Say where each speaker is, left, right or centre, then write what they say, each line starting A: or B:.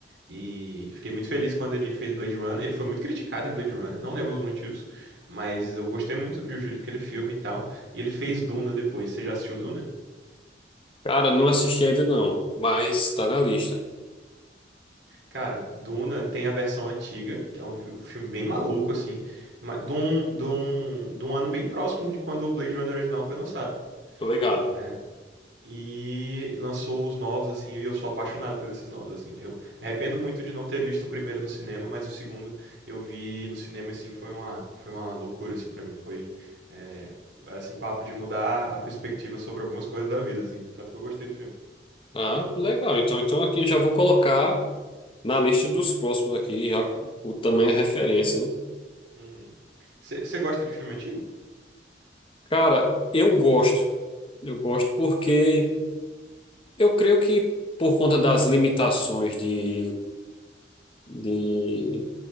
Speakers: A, on the right; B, on the left.
A: E fiquei muito feliz quando ele fez Blade Runner. Ele foi muito criticado em Blade Runner, não lembro os motivos, mas eu gostei muito do jeito que ele filma e tal. E ele fez Duna depois. Você já assistiu Duna?
B: Cara, não assisti ainda não, mas tá na lista.
A: Cara, Duna tem a versão antiga, que é um vi- um filme bem maluco, assim, mas de um, de um, de um ano bem próximo de quando o Blade Runner original foi lançado.
B: Tô ligado.
A: É, E lançou os novos, assim, e eu sou apaixonado por esses novos, assim. Eu me arrependo muito de não ter visto o primeiro no cinema, mas o segundo eu vi no cinema, assim, foi uma, foi uma loucura, assim, pra mim. Foi, é, assim, papo de mudar a perspectiva sobre algumas coisas da vida, assim. Tanto que eu gostei do filme.
B: Ah, legal. Então, então aqui já vou colocar na lista dos próximos aqui, já o tamanho é referência, né?
A: Uhum. Você gosta de filme antigo?
B: Cara, eu gosto. Eu gosto porque eu creio que por conta das limitações de, de